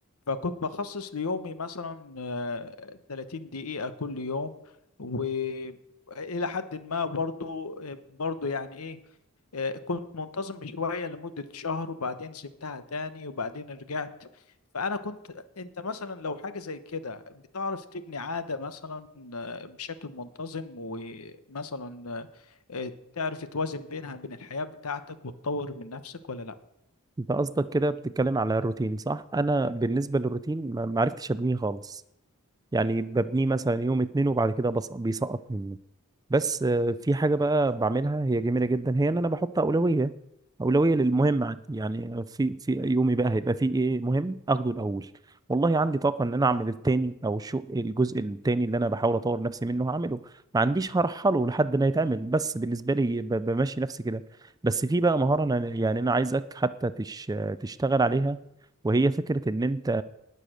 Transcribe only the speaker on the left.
فكنت بخصص ليومي مثلا آه، 30 دقيقة كل يوم وإلى حد ما برضو برضو يعني إيه آه، كنت منتظم شوية لمدة شهر وبعدين سبتها تاني وبعدين رجعت فأنا كنت أنت مثلا لو حاجة زي كده بتعرف تبني عادة مثلا آه، بشكل منتظم ومثلا آه، آه، تعرف توازن بينها بين الحياة بتاعتك وتطور من نفسك ولا لأ؟